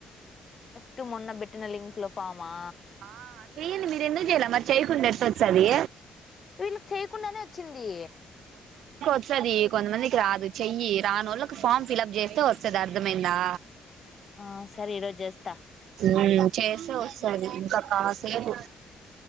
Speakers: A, on the left (about 45°); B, on the right (about 75°).
A: టు మొన్న పెట్టిన లింక్ లో ఫామ్ మా
B: ఆ చెయ్యండి మీరు ఎందుకు చేయ్యాలా మరి చేయకుండా ఎట్ట వచ్చది
A: వీళ్ళకి చేయకుండానే వచ్చింది
B: వస్తది కొంతమందికి రాదు చెయ్యి రాను వాళ్ళకి ఫామ్ ఫిల్ప్ చేస్తే వస్తుంది అర్ధమైందా
A: ఆ సరే ఈరోజు చేస్తా
B: ఉమ్ చేస్తే వస్తది కాసేపు